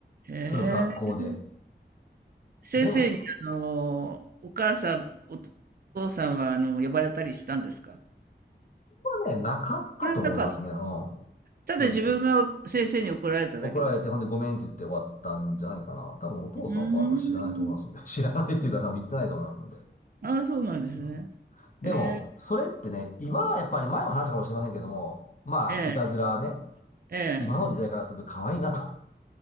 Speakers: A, on the right; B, on the left.
A: ええ。
B: それを学校で。
A: 先生にあの、
B: でも、
A: お母さん、お父さんはあの、呼ばれたりしたんですか？
B: ね、なかったと思いますね。
A: それはなか
B: うん。も
A: ただ自分が先生に怒られただけです。
B: う、怒られて、ほんでごめんって言って終わったんじゃないかな。多分お父さんお母さん知らないと思いますんで。
A: うーん。
B: <laughs> 知らないっていうか多分言ってないと思いますんで。
A: ああ、そうなんですね。
B: うん。でも、
A: ええ、
B: それってね、今はやっぱり前も話したかもしれませんけども、まあ、
A: ええ、
B: いたずらはね、
A: ええ。
B: 今の時代からすると可愛いなと